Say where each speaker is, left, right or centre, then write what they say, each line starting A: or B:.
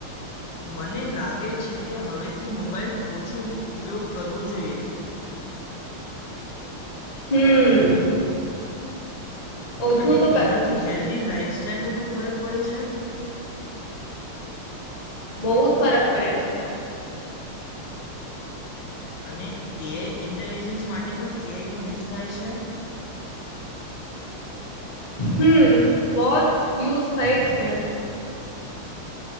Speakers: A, on the left; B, on the left.
A: મને લાગે છે કે, હવે થી મોબાઈલ ઓછું ઉપયોગ કરવો જોઈએ.
B: હમ. ઓછું
A: અને
B: તો કરવું
A: એનાથી હેલ્ધી
B: જોઈએ
A: લાઈફસ્ટાઈલ ન કંઈ ફરક પડે છે?
B: બહુ જ ફરક પડે છે, ભાઈ.
A: અને એઆઈ ઇન્ટેલિજન્સ માટે પણ એઆઈનો યુઝ થાય છે. <unintelligible>
B: હમ, બહુ જ યુઝ થઈ છે.